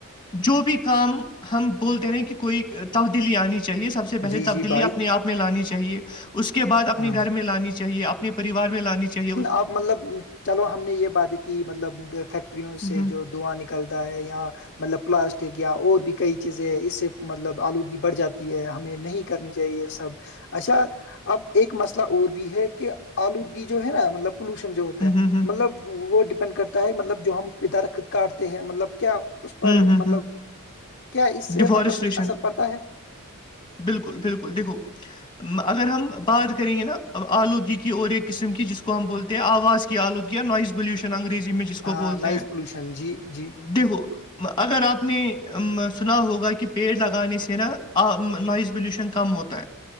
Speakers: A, on the left; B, on the left.
A: جو بھی کام ہم بولتے رہ کہ کوئی تبدیلی آنی چاہیے سب سے پہلے
B: جی جی
A: تبدیلی
B: بھائی
A: اپنے آپ میں لانی چاہیے اور اس کے بعد اپنے
B: ہاں
A: گھر میں لانی چاہیے اپنے پریوار میں لانی چاہیے اس
B: آ مطلب چلو ہم نے یہ باتیں کہ مطلب فیکٹریوں
A: ہ
B: سے جو دواں نکلتا ہے یا مطلب پلاسٹک یا اور بھی کئی چیزیں ہیں اس سے مطلب آلودگی بڑھ جاتی ہے ہمیں نہیں کرنی چاہیے سب اچھا اب ایک مسئلہ اور بھی ہے کہ آلودگی جو ہے نا مطلب پولوشن جو ہوتا
A: ہ
B: ہے
A: ہ ہ
B: مطلب وہ ڈیپینڈ کرتا ہے مطلب جو ہم پ درخت کاٹتے ہیں مطلب کیا اس پر
A: ہوں ہوں
B: مطلب
A: ہوں
B: کیا اس سے
A: ڈیفارسٹریشن
B: مطلب کچھ اثر پڑتا ہے
A: بالکل بالکل دیکھو اگر ہم بات کریں گے نا آلودگی کی اور ایک قسم کی جس کو ہم بولتے تو آواز کی آلودگیا نائز پلیوشن انگریزی میں جس کو
B: ہاں
A: بولتے
B: نائز
A: ہیں
B: پولوشن جی جی
A: دییہو اگر آپ نے سنا ہوگا کہ پیڑ لگانے سے نا نوائز پلیوشن کم ہوتا ہے <inaudible>